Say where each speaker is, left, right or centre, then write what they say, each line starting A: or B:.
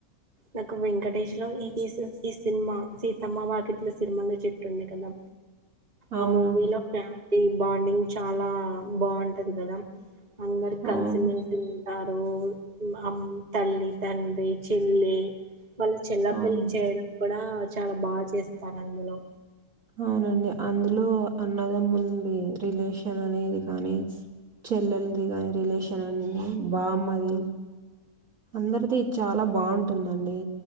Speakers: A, on the right; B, on the right.
A: నాకు వెంకటేష్ లో ఈస్ ఈ సినిమా సీతమ్మ వాకిట్లో సిరిమల్లే చెట్టుంది కదా
B: అవునండి.
A: ఆ మూవీ లో ఫ్యామిలీ బాండింగ్ చాలా బాగుంటది కదా అందరు కలిసిమెలిసి
B: అవును.
A: ఉంటారు అమ్ తల్లి తండ్రి చెళ్ళే వాళ్ళ చెల్ల
B: అవునండి.
A: పెళ్లి చేయడం కూడా చాలా బాగా చేస్తారు అందులో
B: అవునండి అందులో అన్నదమ్ముల్డి రిలేషన్ అనేది కానీ చెల్లెలది గాని రిలేషన్ అన్ని బామ్మది అందరిది చాలా బాగుంటుందండి